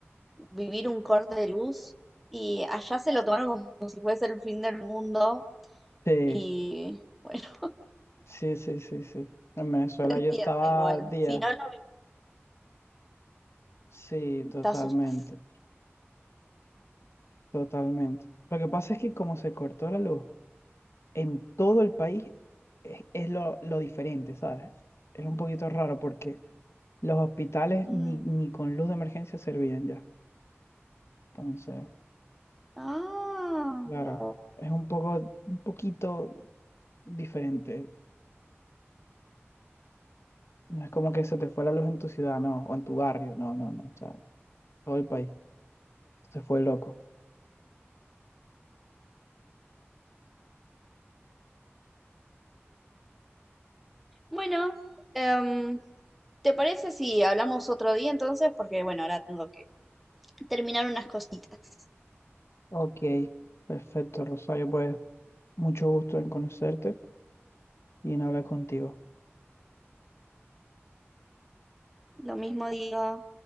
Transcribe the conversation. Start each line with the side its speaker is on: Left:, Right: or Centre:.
Centre: vivir un corte de luz y allá se lo tomaron como si fuese el fin del mundo
Left: Sí,
Centre: y bueno,
Left: sí, sí, sí, sí. En Venezuela
Centre: <laughs> se entiende
Left: yo estaba
Centre: igual.
Left: días,
Centre: Si no lo
Left: sí,
Centre: vi,
Left: totalmente.
Centre: te asustas.
Left: Totalmente. Lo que pasa es que como se cortó la luz en todo el país, es, es lo, lo diferente, ¿sabes? Es un poquito raro porque los hospitales
Centre: Mm,
Left: ni, ni con luz de emergencia servían ya. Entonces,
Centre: Ah,
Left: claro,
Centre: guau.
Left: es un poco, un poquito diferente. No es como que se te fue la luz en tu ciudad, no, o en tu barrio, no, no, no, o sea, todo el país. Se fue loco.
Centre: Bueno, em, ¿te parece si hablamos otro día entonces? Porque bueno, ahora tengo que terminar unas cositas.
Left: Ok, perfecto, Rosario, pues mucho gusto en conocerte y en hablar contigo.
Centre: Lo mismo digo.